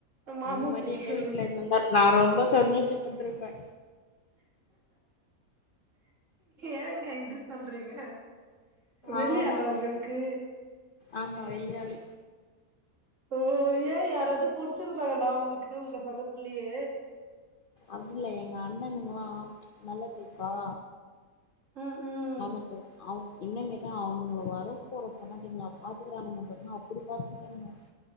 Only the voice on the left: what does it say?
அந்த மாரி
எங்க வீட்ல இந்துந்தா நா ரொம்ப சந்தோஷப்பட்ருப்பே.
ஆமா
ஆமா வெளி ஆளு
அப்டில்ல எங்க அண்ணனுங்ல்லா நல்ல டைப்பா
<unintelligible> இன்னு கேட்டா அவனுங்க வர போற பொண்ணாட்டீங்ளா பாத்துக்கிறாங்க பாருங்க அப்டி பாத்துக்கறானுங்க